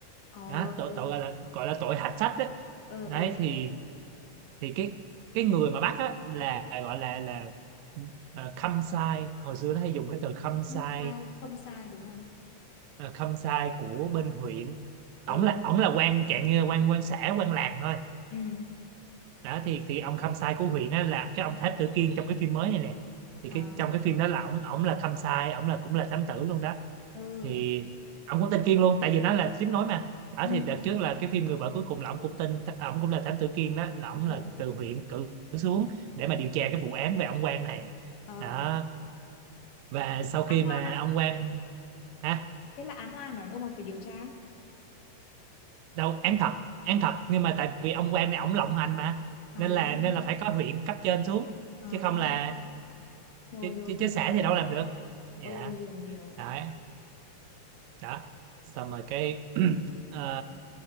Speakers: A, on the left (about 90°); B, on the right (about 75°).
A: Ờ
B: đó tội,
A: ừ
B: tội gọi là gọi là tội hạch sách đấy
A: ờ
B: đấy
A: ờ ờ.
B: thì thì cái cái người mà bắt á là gọi là là à, khâm sai hồi xưa nó hay dùng cái từ khâm
A: Không
B: sai
A: sai, không sai đúng rồi.
B: à, khâm sai của bên huyện
A: Ừ
B: ổng là ổng là quan trạng như quan quan xã quan làng thôi
A: ừ.
B: đó thì thì ông Khâm Sai của huyện á là cái
A: Ừ.
B: ông Tháp Tử Kiên trong cái phim mới này nè thì
A: Ờ
B: cái trong cái phim đó là ổng ổng là Khâm Sai ổng là cũng là thám tử luôn đó
A: ừ
B: thì ổng cũng tên Kiên luôn tại vì nó là tiếng nói mà đó
A: ừ.
B: thì đợt trước là cái phim người vợ cuối cùng là ổng cũng tên ổng cũng là thám tử Kiên đó là ổng
A: Ờ
B: là từ huyện cử xuống để mà
A: ờ.
B: điều tra cái vụ án về ông quan này
A: ờ.
B: đó và sau khi
A: Án
B: mà
A: oan à?
B: ông quan hả
A: Thế là án oan ở đâu mà phải điều tra?
B: đâu án thật án thật nhưng mà tại vì ông quan này ổng lộng hành mà
A: À
B: nên là nên là phải có huyện cấp trên xuống
A: à
B: chứ không là
A: rồi
B: chứ,
A: rồi
B: chứ,
A: hiểu.
B: chứ xã thì đâu làm được dạ
A: Ừ hiểu hiểu.
B: đấy đó xong rồi cái <clears throat> ờ,